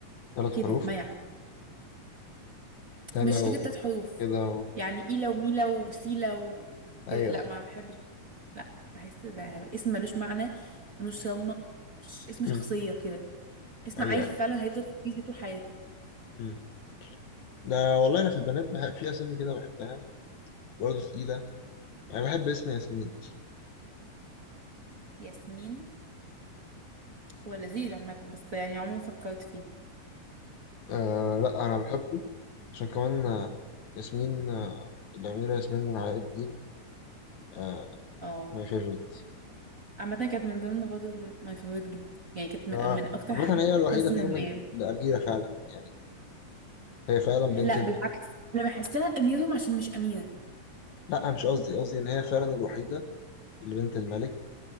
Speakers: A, on the left; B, on the right.
A: ثلاث حروف
B: كده مايعة
A: ده
B: مش
A: لو
B: فكرة تلات حروف
A: كده اهو
B: يعني ايلا وميلا وسيلا وكده
A: ايوه
B: لا
A: ايوه
B: ما بحبش لا بحس بقى اسم ملوش معنى ملوش رونق مش- اسم شخصية
A: مم.
B: كده اسم
A: ايوه
B: عيل
A: ايوه
B: فعلا هيفضل في كيس طول حياته
A: مم. ده والله انا في البنات بحب في اسامي كده بحبها برضه تقيله انا بحب اسم ياسمين
B: ياسمين هو لذيذ عامة بس يعني عمري ما فكرت فيه
A: آه لا انا بحبه عشان كمان آه، ياسمين آه الاميره ياسمين من علاء الدين آه
B: اه
A: ماي فيفورت
B: عامة كانت من ضمن برضه ماي فيفورت جدا يعني كانت من,
A: آه
B: من اكتر
A: عامة
B: حاجات
A: هي الوحيده
B: القصص
A: فيهم
B: المميزة
A: ال- الاميره فعلا يعني هي فعلا بنت
B: لا
A: الملك
B: بالعكس انا بحسها اميتهم عشان مش امينه
A: لا مش قصدي قصدي ان هي فعلا الوحيده اللي بنت الملك